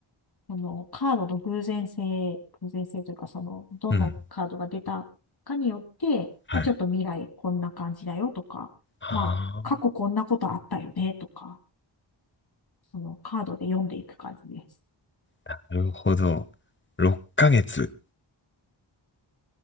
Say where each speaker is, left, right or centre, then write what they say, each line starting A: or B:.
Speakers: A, on the left; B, on the left.
A: そのカードの偶然性、偶然性というか、その、どんなカードが出たかによって、
B: うん。はい。
A: まあ、ちょっと未来こんな感じだよとか、
B: あ
A: まあ、過去こんなことあったよねとか、そのカードで読んでいく感じです。
B: あ、なるほど。6ヶ月